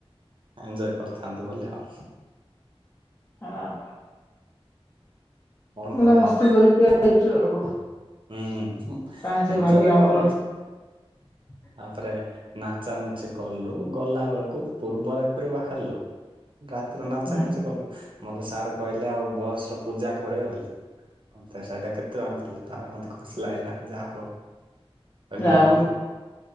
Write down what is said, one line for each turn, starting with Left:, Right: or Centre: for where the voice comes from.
Right: ଏନ୍ଜୟ କରିଥାନ୍ତୁ ବୋଲି ଆଉ।
Left: ହଁ।
Right: କଣ
Left: ପୁରା
Right: କରିବା
Left: ମସ୍ତି
Right: କହ
Left: କରିକି ଆଇଛୁ ଆଉ।
Right: ହୁଁ ହୁଁ।
Left: କାହିଁ ସେ
Right: ଏଞ୍ଜୟ
Left: ଭାଗ୍ୟ
Right: ତ
Left: ଆମର
Right: କରିଚି
Left: <inaudible>
Right: ତାପରେ ନାଚାନୁଚି କଲୁ, ଗଲାବେଳକୁ ପୂର୍ବ ରାତିରୁ ବାହାରିଲୁ। ରାତିର ନାଚାନାଚି
Left: ହୁଁ
Right: କଲୁ ମତେ ସାର୍ କହିଲେ ଆଉ ବସ୍ ର ପୂଜା କରିବେ ବୋଲି, ମତେ ସେଇଟା କେତେଜଣ ଥିଲେ ତାପରେ ମତେ ଖୁସି ଲାଗିଲା, ଯାହା ହଉ ହେଲେ
Left: ଯାହା
Right: ବୋଲେ
Left: ହଉ